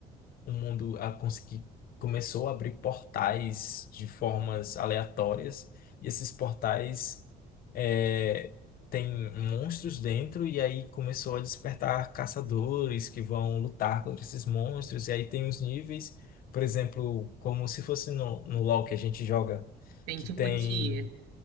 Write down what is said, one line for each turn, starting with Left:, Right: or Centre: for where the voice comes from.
Left: um mundo a conseguir começou a abrir portais de formas aleatórias e esses portais é, têm monstros dentro e aí começou a despertar caçadores que vão lutar contra esses monstros e aí tem os níveis, por exemplo, como se fosse no, no LoL que a gente joga,
Right: Tem
Left: que
Right: tipo
Left: tem
Right: tia.